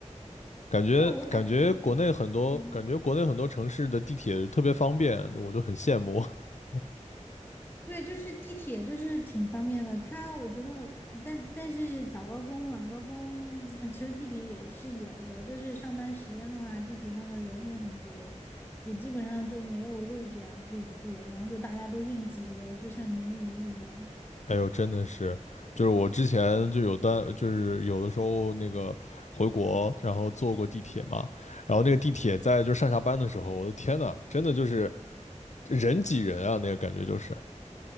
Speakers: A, on the left; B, on the left.
A: 感觉感觉国内很多感觉国内很多城市的地铁特别方便，
B: 对，我感觉。
A: 我就很羡慕。<laughs>
B: 对，就是地铁，就是挺方便的。它我觉得，但但是早高峰、晚高峰，嗯其实地铁也是有的。就是上班时间的话，地铁上的人也很多，也基本上就没有位置啊可以坐，然后就大家都硬挤呗，就像鲶鱼一样。
A: 哎呦，真的是，就是我之前就有单，就是有的时候那个回国，然后坐过地铁嘛，然后那个地铁在就上下班的时候，我的天呐，真的就是人挤人啊，那个感觉就是，